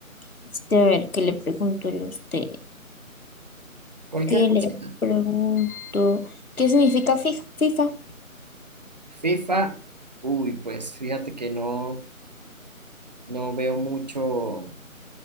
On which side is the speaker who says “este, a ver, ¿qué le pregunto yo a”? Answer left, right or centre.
Left